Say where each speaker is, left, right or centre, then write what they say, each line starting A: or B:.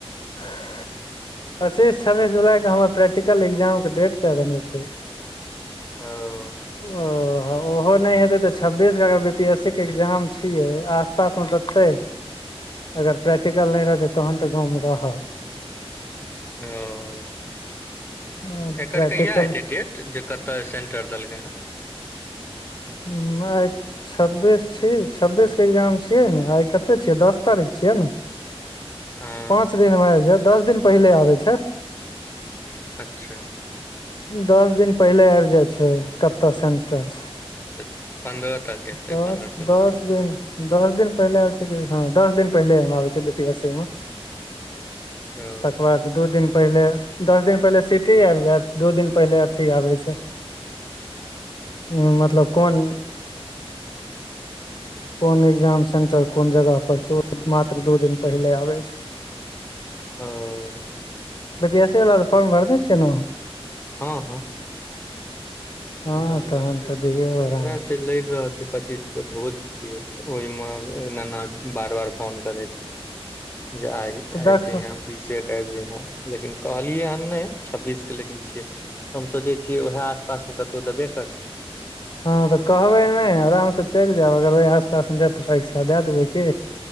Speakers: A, on the left (about 45°); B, on the left (about 20°).
A: <unintelligible> पच्चीस छब्बीस जुलाइके हमर प्रैक्टिकल एकग्जामके डेट दऽ देने छै
B: ओ
A: ओ ह ओ ओहो नहि हेतै तऽ छब्बीसके अगर बी पी एस सी के एग्जाम छियै आसपासमे तऽ अगर प्रैक्टिकल नहि रहतै तहन तऽ गाँवमे रहऽ
B: ओ
A: प्रैक्टिकल
B: एकर कहिया एते डेट जे कतय सेंटर देलकै हँ
A: हूँ आय छब्बीस छी छब्बीसके एग्जाम छियै ने आय कतेक छियै दस तारीख छियै ने
B: हँ
A: पाँच दिनमे आबि जाय दस दिन पहिले आबैत छै
B: अच्छा
A: दस दिन पहिले आबि जाय छै कत्तऽ सेंटर छै
B: तऽ पन्द्रह तक एतै
A: दस
B: पन्द्रह सोलह
A: दस
B: तक
A: दिन दस दिन पहिले आबै छै कि हँ दस दिन पहिले हम आबै छै बी पी एस सी मे
B: ओ
A: तकर बाद दू दिन पहिले दस दिन पहिले सिटी आबि जायत दू दिन पहिले अथी आबै छै ह मतलब कोन कोन एग्जाम सेन्टर कोन जगहपर छै ओ मात्र दू दिन पहिले आबै छै
B: ओ
A: बी पी एस सी वला तऽ फॉर्म भरने छै ने
B: हँ हँ
A: हँ
B: भरने
A: तहन तऽ दियौ आराम
B: वएह
A: से
B: छै लड़ रहल पच्चीस के भोज छिय ओहि मेना बार बार फोन करे छै जे आब जाइ
A: तऽ देखह
B: यहाँ बीसे के आबि जाइ हं लेकिन कहलियै हन नहि छब्बीस के लेकिन छिय हम सोचै छियै उएह आस पास मे कतहु देबे करतै
A: हँ तऽ कहबै नहि आरामसँ चलि जायब अगर ओहि आसपासमे जायब तऽ परीक्षा दए देबै की